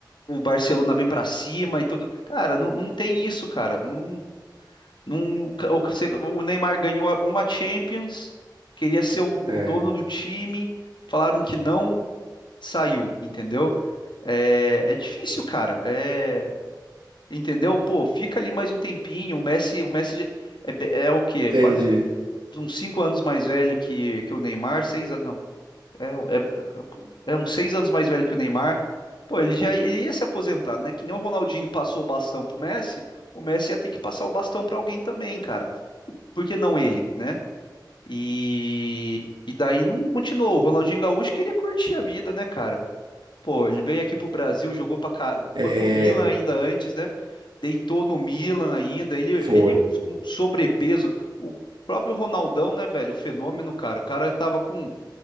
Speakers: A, on the left; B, on the right.
A: o Barcelona vem pra cima e tudo. Cara, não, não tem isso, cara. Não, Num- o, ca- o que você- o Neymar ganhou uma Champions, queria ser o,
B: É,
A: o dono do time, falaram que não, saiu, entendeu? É, é difícil, cara. É, entendeu? Pô, fica ali mais um tempinho. O Messi, o Messi é, be- é o quê?
B: entendi.
A: Quase uns cinco anos mais velho que, que o Neymar, seis anos, não, é, é, é uns seis anos mais velho que o Neymar. Pô, ele já ele ia se aposentar, né? Que nem o Ronaldinho passou o bastão pro Messi, o Messi ia ter que passar o bastão pra alguém também, cara. Por que não ele, né? E, e daí não continuou. O Ronaldinho Gaúcho queria curtir a vida, né, cara? Pô, ele veio aqui pro Brasil, jogou pra cara,
B: É,
A: foi
B: é,
A: pro Milan ainda antes, né? Deitou no Milan ainda. Ele,
B: foi.
A: ele com sobrepeso. O próprio Ronaldão, né, velho? O fenômeno, cara. O cara tava com